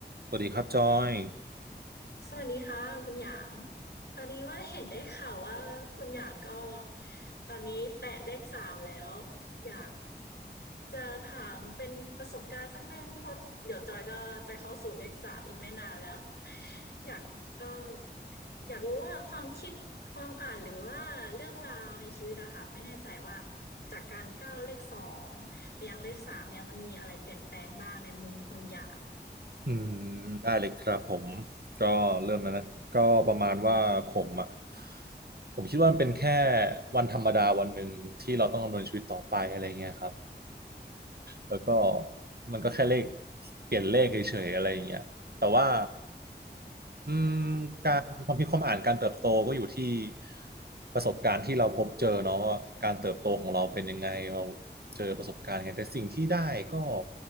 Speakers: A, on the right; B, on the left.
A: สวัสดีครับจอย
B: สวัสดีค่ะคุณหยางพอดีว่าเห็นได้ข่าวว่าคุณหยางก็ตอนนี้แตะเลขสามแล้วอยากจะถามเป็นประสบการณ์สักนึงเพราะเดี๋ยวจอยก็จะเข้าสู่เลขสามอีกไม่นานแล้วอยากเอออยากรู้ว่าความคิดความอ่านหรือว่าเรื่องราวในชีวิตอะค่ะไม่แน่ใจว่าจากการก้าวเลขสองไปยังเลขสามเนี่ยมันมีอะไรเปลี่ยนแปลงบ้างในมุมคุณหยาง
A: อืมได้เลยครับผมก็เริ่มแล้วนะก็ประมาณว่าผมอ่ะผมคิดว่ามันเป็นแค่วันธรรมดาวันหนึ่งที่เราต้องดำเนินชีวิตต่อไปอะไรเงี้ยครับแล้วก็มันก็แค่เลขเปลี่ยนเลขเฉยๆอะไรเงี้ยแต่ว่า อืม
B: ค่ะ
A: การความคิดความอ่านการเติบโตก็อยู่ที่ประสบการณ์ที่เราพบเจอเนาะว่าการเติบโตของเราเป็นยังไงเราเจอประสบการณ์ไงแต่สิ่งที่ได้ก็